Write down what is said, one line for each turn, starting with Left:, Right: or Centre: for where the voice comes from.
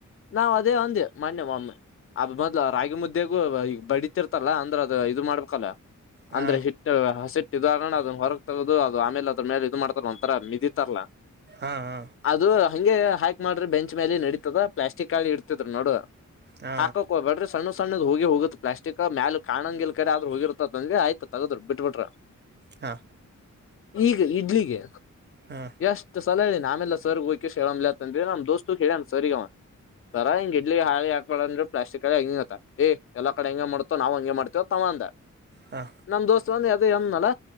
Left: ನಾವ್ ಅದೇ ಅಂದೇ ಮಾನ್ಯ ಮಾೊಮ್ಮೆ ಅದರ ಬದಲು ರಾಗಿ ಮುದ್ದೆ ಈ ಬಡತಿರ್ತಲ್ಲ ಅಂದ್ರೆ ಅದು ಇದು ಮಾಡ್ಬೇಕಲ್ಲ
Right: ಹಾ
Left: ಅಂದ್ರೆ ಹಿಟ್ಟು ಹಸಿಟ್ಟ ಇದಗಣ ಅದನ್ ಹೊರಗೆ ತಗೋದು ಅದು ಆಮೇಲ ಅದ್ರ ಮೇಲೆ ಇ ಮಾಡತಾರ ಒಂಥರ ಮಿದಿಿತತಾರಾ
Right: ಹಾ ಹಾ
Left: ಅದು ಹಂಗೆ ಹಾಕ್ ಮಾಡ್ರಿ ಬೆಂಚ್ ಮೇಲೆ ನಡೀತದ ಪ್ಲಾಸ್ಟಿಕ್ ಹಾಳಿ ಇಡ್ತಿದ್ರ ನೋಡು
Right: ಹಾ
Left: ಹಾಕಕ್ ಹೋಗ್ಬೇಡ್ರಿ ಸಣ್ಣ ಸಣ್ಣದ ಹೋಗಿ ಹೋಗುತ್ತ ಪ್ಲಾಸ್ಟಿಕ್ ಮ್ಯಾಲ ಕಾಣಂಗಿಲ್ಲ ಹೋಗ ನಂದ್ವಿ ಆಯ್ತು ತಗದ್ ಬಿಟ್ಬಿಟ್ರ
Right: ಹಾ
Left: ಈಗ ಇಡ್ಲಿಗೆ
Right: ಹಾ ಹಾ
Left: ಎಷ್ಟು ಸಲ ಹೇಳಿ ಆಮೆಲ್ಲ ಹೋಗಕೆ ಹೇಳ್ ಅ ನಮ್ಮ ದೋಸ್ ಹೇಳಣ ಸರಿವ ಸರಾಗೆಡ್ಲಿ ಹಾ ಒಳಂದ್ರ ಪ್ಲಾಸ್ಟಿಕ್ ಕಡೆ ಹೆಂಗತ್ತ ಏ ಎಲ್ಲ ಕಡೆ ಹೆಂಗ ಮಾಡ್ತೋ ನಾವ್ ಹಂಗೆ ಮಾಡ್ತೇವ ತಂದ
Right: ಹಾ ಹಾ
Left: ನಮ್ ದೋಸ್ತ್ ಒಂದ ಹ ಅಲ್ಲ